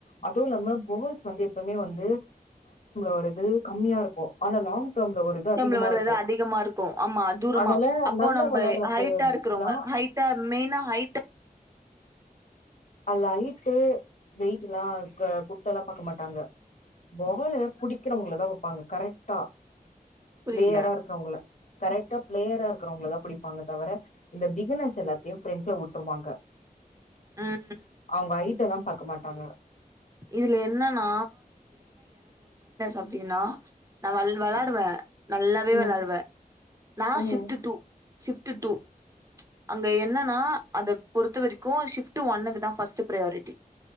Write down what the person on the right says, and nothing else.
செம்பள வர்துத
அதிகமா இருக்கும் ஆமா தூரமா
அப்போ
நம்ம
ஹைட்டா இருக்கிறோங்க ஹைட்டா மெயினா ஹைட
புரில
ம்
இதுல என்னன்னா அப்படின்னா நான் விளாடுவேன் நல்லாவே
விளாடுவேன் நான்
shift to shift shift two அங்க என்னன்னா அத பொறத்த வெரைக்கும் ஷிஃப்ட்டு ஒன்னுக்கு தா ஃபர்ஸ்ட் பியாரிட்டி